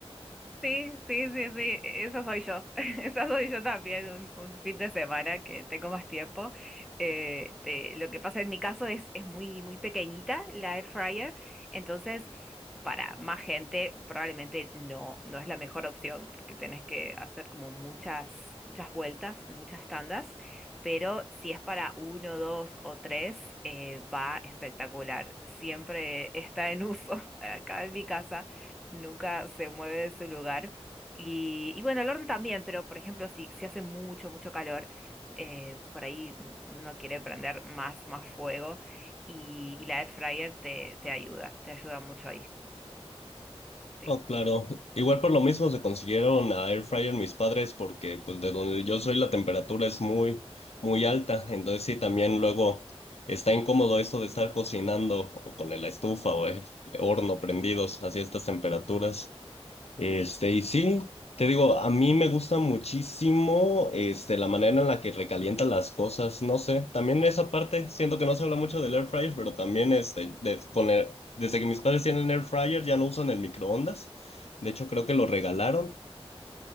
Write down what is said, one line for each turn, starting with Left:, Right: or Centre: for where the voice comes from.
Centre: Sí, sí, sí, sí, eso soy yo. <laughs> eso soy yo también, un, un fin de semana que tengo más tiempo. Eh, te- lo que pasa en mi caso es, es muy, muy pequeñita la air fryer, entonces para más gente probablemente no, no es la mejor opción porque tenés que hacer como muchas, muchas vueltas, en muchas tandas, pero si es para uno, dos o tres, eh, va espectacular. Siempre está en uso <laughs> acá en mi casa, nunca se mueve de su lugar. Y, y bueno, el horno también, pero por ejemplo, si, si hace mucho, mucho calor, eh, por ahí n- uno quiere prender más, más fuego y, y la air fryer te, te ayuda, te ayuda mucho ahí. Sí,
Left: Oh, claro. Igual por lo mismo se consiguieron a air fryer mis padres porque pues de donde yo soy la temperatura es muy muy alta, entonces sí también luego está incómodo eso de estar cocinando o con la estufa o el horno prendidos así a estas temperaturas. Este,
Centre: sí,
Left: y sí, te digo, a mí me gusta muchísimo, este, la manera en la que recalienta las cosas, no sé, también esa parte, siento que no se habla mucho del air fryer, pero también, este, de- con el- desde que mis padres tienen air fryer ya no usan el microondas, de hecho creo que lo regalaron,